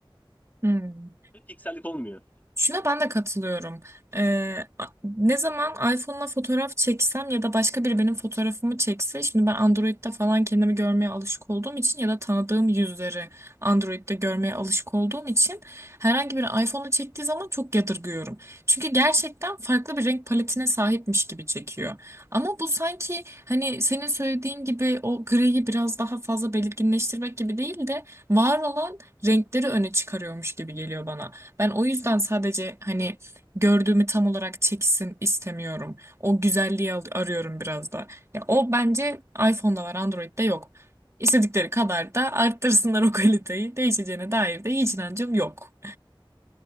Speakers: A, on the right; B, on the left.
A: Hmm.
B: Ve piksellik olmuyor.
A: Şuna ben de katılıyorum. Ee, a- ne zaman iPhone'la fotoğraf çeksem ya da başka biri benim fotoğrafımı çekse, şimdi ben Android'de falan kendimi görmeye alışık olduğum için ya da tanıdığım yüzleri Android'de görmeye alışık olduğum için herhangi biri iPhone'la çektiği zaman çok yadırgıyorum. Çünkü gerçekten farklı bir renk paletine sahipmiş gibi çekiyor. Ama bu sanki hani senin söylediğin gibi o griyi biraz daha fazla belirginleştirmek gibi değil de var olan renkleri öne çıkarıyormuş gibi geliyor bana. Ben o yüzden sadece hani gördüğümü tam olarak çeksin istemiyorum. O güzelliği al- arıyorum biraz da. Ya o bence iPhone'da var, Android'de yok. İstedikleri kadar da arttırsınlar o kaliteyi. Değişeceğine dair de hiç inancım yok.